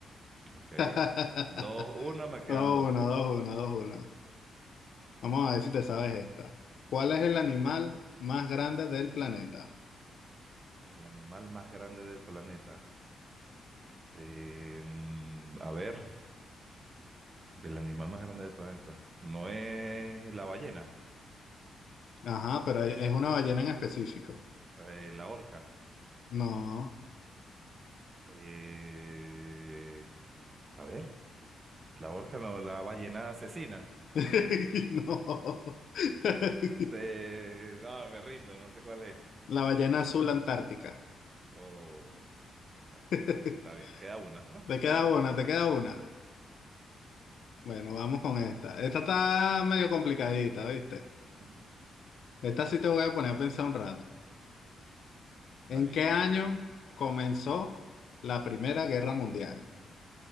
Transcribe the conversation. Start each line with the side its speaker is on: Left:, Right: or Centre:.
Right: Ok.
Left: <laughs>
Right: Dos, uno, me quedan
Left: Dos,
Right: dos.
Left: uno, dos, uno, dos, uno. Vamos a ver si te sabes esta. ¿Cuál es el animal más grande del planeta?
Right: El animal más grande del planeta. Eh, mm, a ver, el animal más grande del planeta. No es la ballena,
Left: Ajá, pero es una ballena en específico.
Right: eh, la orca.
Left: No.
Right: Eh, a ver, la orca, no, la ballena asesina.
Left: <laughs> No. <laughs>
Right: Eh, no, me rindo, no sé cuál es.
Left: La ballena azul antártica.
Right: Oh, bueno,
Left: <laughs>
Right: está bien. Queda una, ¿no?
Left: Te
Right: Queda
Left: queda
Right: una.
Left: una, te queda
Right: Ajá.
Left: una. Bueno, vamos con esta. Esta está medio complicadita, ¿viste?
Right: Ujú.
Left: Esta sí te voy a poner a pensar un rato.
Right: Está
Left: ¿En
Right: bien.
Left: qué año comenzó la Primera Guerra Mundial?